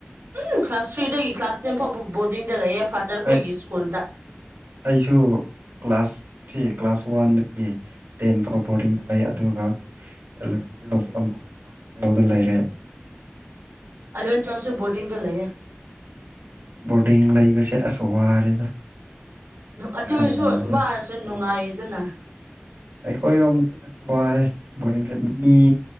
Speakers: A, on the right; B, on the right.
A: ꯎꯝ ꯀ꯭ꯂꯥꯁ ꯊ꯭ꯔꯤꯗꯒꯤ ꯀ꯭ꯂꯥꯁ ꯇꯦꯟ ꯐꯥꯎꯕ ꯕꯣꯔꯗꯤꯡꯗ ꯂꯩꯑꯦ ꯐꯥꯗꯔꯈꯣꯏꯒꯤ
B: ꯑꯩ
A: ꯁ꯭ꯀꯨꯜꯗ
B: ꯑꯩꯁꯨ ꯀ꯭ꯂꯥꯁꯁꯤ ꯀ꯭ꯂꯥꯁ ꯋꯥꯟꯗꯒꯤ ꯇꯦꯟ ꯐꯥꯎꯕ ꯕꯣꯔꯗꯤꯡꯗ ꯂꯩ ꯑꯗꯨꯒꯂꯚꯦꯟ ꯇꯨꯋ ꯑꯃꯨꯛ ꯂꯩꯔꯦ
A: ꯑꯂꯦꯟ ꯆꯥꯎꯁꯦ ꯣꯇꯤꯡ ꯇ ꯂꯩꯦ
B: ꯕꯣꯔꯗꯤꯡ ꯂꯩꯕꯁꯦ ꯑꯁꯨ ꯋꯥꯔꯦꯗ
A: ꯑꯗꯨꯁꯨ
B: ꯈꯟꯕꯗ
A: ꯋꯥꯔꯁꯨ ꯅꯨꯡꯉꯥꯏ ꯑꯗꯨꯅ
B: ꯑꯩꯈꯣꯏꯔꯣꯝꯁꯦ ꯑꯁ ꯋꯥꯏ ꯕꯣꯗꯤꯡꯁꯦ ꯃꯤ